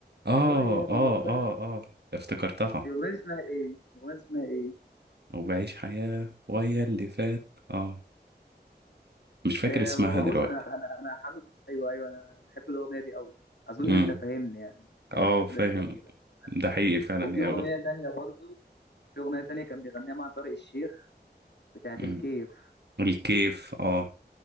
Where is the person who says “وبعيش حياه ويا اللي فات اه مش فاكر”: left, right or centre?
Right